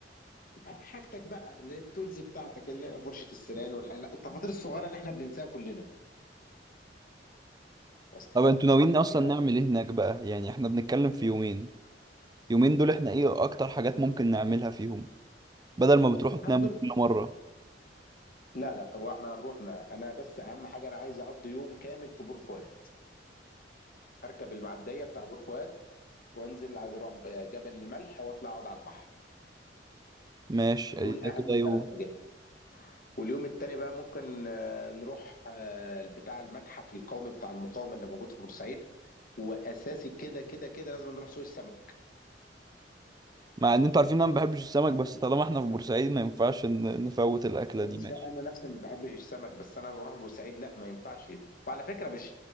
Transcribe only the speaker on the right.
طب انتوا
ناويين اصلا
نعمل ايه هناك بقى يعني احنا بنتكلم في يومين يومين دول احنا ايه اكتر حاجات ممكن نعملها فيهم بدل ما بتروحوا تناموا
كل مره
ماشي
ادي ده
كده يوم
مع ان انتوا عارفين انا ما بحبش السمك بس طالما احنا في بورسعيد ما ينفعش ن- نفوت الاكله
دي
ماشي